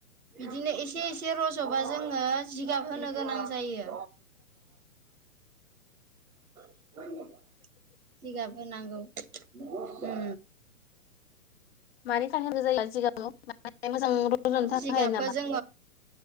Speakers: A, on the right (about 70°); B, on the left (about 40°).
A: बिदिनो एसे ए से र'ज'बा जोङो जिगाब होनो गोनां जायो। <unintelligible> <inaudible> सिगाब होनांगौ उम
B: मानि थाखाय <inaudible> जायो जिगाबखौ <inaudible> मोजां र'ज'नो थाखाय
A: जिगाबखौ
B: ना
A: जोङो